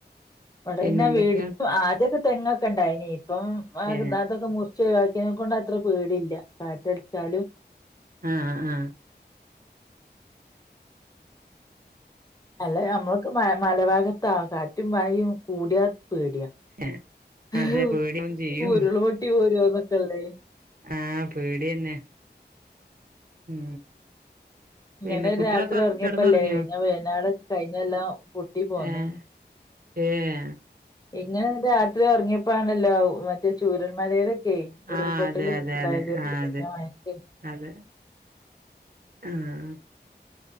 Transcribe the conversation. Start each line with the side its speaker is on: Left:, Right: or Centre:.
Left: ഇവിടെന്നെ
Right: പിന്നെന്തൊക്കെയാ
Left: വീടു ആദ്യൊക്കെ തെങ്ങൊക്കെ ഉണ്ടായിനി ഇപ്പം അതൊ
Right: ഏഹ്
Left: അതൊക്കെ മുറിച് ച്ച് ഇതാക്കിനെ കൊണ്ട് അത്ര പേടില്ല കാറ്റടിച്ചാലും
Right: ആഹ് ആഹ്
Left: അല്ല നമ്മളക്ക മ മലഭാഗത്ത കാറ്റും മഴയും കൂടിയാ പേടിയാ
Right: ഏഹ്
Left: ആവു
Right: അതെ പേടിയാവും ചെയ്യും
Left: ഊരുൾള് പൊട്ടി പോരുവോന്നക്കല്ലേ
Right: ആഹ് പേടിയന്നെ ഉം
Left: ഇങ്ങനെ
Right: പിന്നെ കുട്ടികളൊക്കെ
Left: രാത്രി ഉറങ്ങിയപ്പല്ലേ
Right: കിടന്നുറങ്ങിയോ
Left: കഴിഞ്ഞ വയ്നാട് കഴിഞ്ഞ കൊല്ലം പൊട്ടി പോന്നേ
Right: ഏഹ് ഏഹ്
Left: ഇങ്ങനെ രാത്രി ഉറങ്ങിയപ്പോണല്ല മറ്റേ ചൂരൽമലേല് ക്കെ ഉരുൾപൊട്ടല്
Right: ആഹ് അതെ അതെ
Left: ഉണ്ടായത്
Right: അതെ ആഹ്
Left: കയിഞ്ഞ
Right: അതെ
Left: മയക്കെ
Right: അതെ ആഹ്